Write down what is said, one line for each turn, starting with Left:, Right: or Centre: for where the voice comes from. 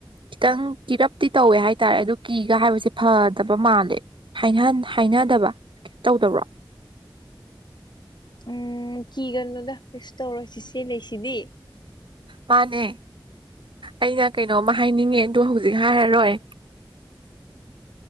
Right: ꯈꯤꯇꯪ ꯀꯤꯔꯞꯇꯤ ꯇꯧꯋꯦ ꯍꯥꯏꯇꯥꯔꯦ ꯑꯗꯨ ꯀꯤꯒ ꯍꯥꯏꯕꯁꯦ ꯐꯗꯕ ꯃꯥꯜꯂꯦ ꯍꯥꯏꯅꯍꯟ ꯍꯥꯏꯅꯗꯕ ꯇꯧꯗꯕ꯭ꯔꯣ
Left: ꯎꯝ ꯀꯤꯒꯅꯨꯗ ꯀꯩꯁꯨ ꯇꯧꯔ‌ꯣꯏ ꯆꯤꯆꯦ ꯂꯩꯁꯤꯗꯤ
Right: ꯃꯥꯅꯦ ꯑꯩꯅ ꯀꯩꯅꯣꯝꯃ ꯍꯥꯏꯅꯤꯡꯉꯦ ꯗ‌ꯣ ꯍꯧꯖꯤꯛ ꯍꯥꯏꯔꯔꯣꯏ